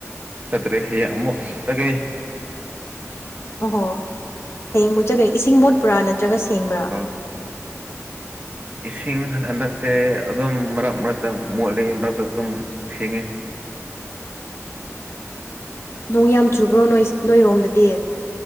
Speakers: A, on the right; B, on the left.
A: ꯆꯠꯇ꯭ꯔꯦ ꯍꯌꯦꯡ ꯑꯃꯨꯛ ꯆꯠꯀꯅꯤ
B: ꯑꯣꯍꯣ ꯍꯌꯦꯡ ꯃꯨꯠ ꯆꯠꯀꯅꯤ ꯏꯁꯤꯡ ꯃꯣꯠꯄ꯭ꯔꯥ ꯅꯠꯇ꯭ꯔꯒ ꯁꯦꯡꯕ꯭ꯔꯥ
A: ꯑꯥ ꯏꯁꯤꯡ ꯍꯟ ꯍꯟꯗꯛꯁꯦ ꯑꯗꯨꯝ ꯃꯔꯛ ꯃꯔꯛꯇ ꯃꯣꯠꯂꯤ ꯃꯔꯛꯇ ꯑꯗꯨꯝ ꯁꯦꯡꯉꯤ
B: ꯅꯣꯡ ꯌꯥꯝ ꯆꯨꯕ꯭ꯔꯣ ꯅꯣꯏꯁ ꯅꯣꯏꯔꯣꯝꯗꯗꯤ